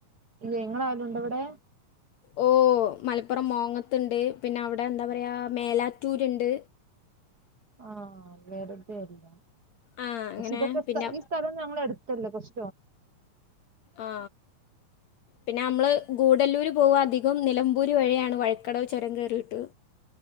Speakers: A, on the right (about 30°); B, on the left (about 65°).
A: ഇല്ലേ ഇങ്ങളെ ആരേലുണ്ടോ ഇവടെ.
B: ഓ മലപ്പുറം മോങ്ങത്തുണ്ട് പിന്നെ അവിടെ എന്താ പറയാ മേലാറ്റൂരുണ്ട്.
A: ആഹ വെറതല്ല
B: ആ
A: പക്ഷെ
B: അങ്ങനെ
A: ഇതൊക്കെ
B: പിന്നെ
A: ഈ സ്ഥലം ഞങ്ങ എടുത്ത് ഇല്ല കഷ
B: ആ പിന്നെ നമ്മൾ കൂടല്ലൂർ പോവ അധികം നിലമ്പൂരി വഴിയാണ് വഴിക്കടവ് ചുരം കയറിയിട്ട്